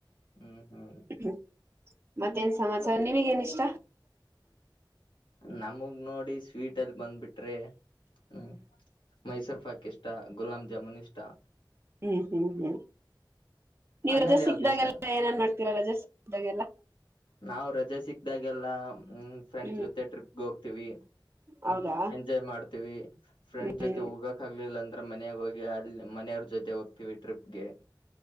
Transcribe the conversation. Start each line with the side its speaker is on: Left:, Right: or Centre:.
Left: ಹ್ಮ್ ಹ್ಮ್
Right: ಹ್ಮ ಮತ್ತೇನ್ ಸಮಾಚಾರ ನಿನಗ್ ಏನ್ ಇಷ್ಟಾ
Left: ನಮಗ್ ನೋಡಿ ಸ್ವೀಟ್ ಅಲ್ಲಿ ಬಂದ್ಬಿಟ್ರೆ ಹ್ಮ್ ಮೈಸೂರು ಪಾಕ್ ಇಷ್ಟ ಗುಲಾಬ್ ಜಾಮೂನ್ ಇಷ್ಟಾ
Right: ಹ್ಮ್ ಹ್ಮ್ ಹ್ಮ್ ನೀವ್
Left: ಹಣ್ಣಲ್ಲಿ
Right: ರಜೆ ಸಿಕ್ಕ್ದಾಗೆಲ್ಲ
Left: ಯಾವ್ದು ಇಷ್ಟ
Right: ಏನನ್ ಮಾಡ್ತೀರ ರಜೆ ಸಿಕಗ್ದಾಗೆಲ್ಲಾ
Left: ನಾವು ರಜೆ ಸಿಕ್ದಾಗೆಲ್ಲಾ ಹ್ಮ್ ಫ್ರೆಂಡ್ಸ್
Right: ಹ್ಮ್
Left: ಜೊತೆ ಟ್ರಿಪ್ಗೆ ಹೋಗ್ತಿವಿ ಹ್ಮ
Right: ಹೌದಾ
Left: ಎಂಜಾಯ್ ಮಾಡ್ತೀವಿ ಫ್ರೆಂಡ್
Right: ಹ್ಮ್
Left: ಜೊತೆ ಹೋಗಕ್ ಹಗ್ಲಿಲ್ಲ ಅಂದ್ರೆ ಮನಯಾಗ ಹೋಗಿ ಅಲ್ಲಿ ಮನೆಯವ್ರ ಜೊತೆ ಹೋಗ್ತೀವಿ ಟ್ರಿಪ್ಗೆ